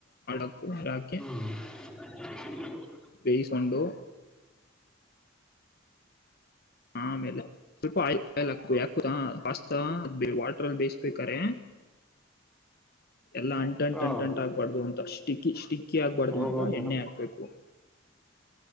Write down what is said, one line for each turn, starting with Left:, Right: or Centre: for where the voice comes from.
Left: <unintelligible> ಯಾಕೆ.
Centre: ಹ್ಮ್ <inaudible>
Left: ಬೇಯಸ್ಗೊಂಡು ಆಮೇಲೆ ಸ್ವಲ್ಪ ಆಯಿ ಆಯಲ್ ಹಾಕ ಹಾಕ ಯಾಕ್ ಗೊತ್ತಾ <unintelligible> ಅ ವಾಟ್ರ ಅಲ್ಲಿ ಬೇಯಿಸ್ಬೇಕರೆ ಎಲ್ಲ ಅಂಟ ಅಂಟ
Centre: ಹಾ
Left: ಅಂಟ ಅಂಟ ಆಗ್ಬಾರ್ದು ಅಂತ ಅಷ್. ಸ್ಟಿಕ್ಕಿ ಆಗ್ಬಾರ್ದು
Centre: ಹೌದಾ
Left: ಅಂತ ಎಣ್ಣೆ ಹಾಕ್ಬೇಕು.